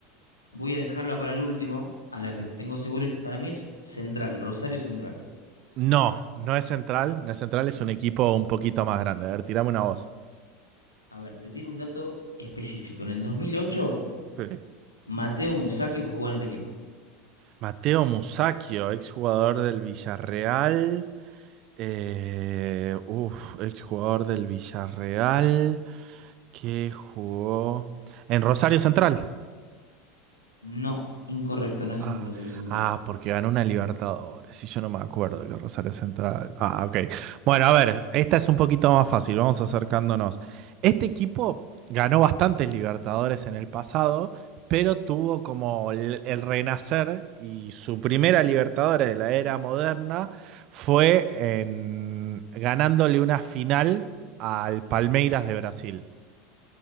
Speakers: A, on the left; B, on the right.
A: Voy a dejarla para el último, a la
B: sí.
A: que tengo seguro. Para mí es Central, Rosario Central.
B: No, no es Central. No es Central, es un equipo un poquito más grande. A ver, tirame una voz.
A: A ver, te tiro un dato específico. En el 2008,
B: sí.
A: Mateo Musacchio jugó en este equipo.
B: Mateo Musacchio, exjugador del Villarreal. Eh, uf, exjugador del Villarreal que jugó en Rosario Central.
A: No, incorrecto, no es
B: Ah,
A: en Rosario Central.
B: ah, porque ganó una Libertadores y yo no me acuerdo que Rosario Central. Ah, ok. Bueno, a ver, esta es un poquito más fácil, vamos acercándonos. Este equipo ganó bastantes Libertadores en el pasado, pero tuvo como el, el renacer y su primera Libertadores de la era moderna fue en- ganándole una final al Palmeiras de Brasil.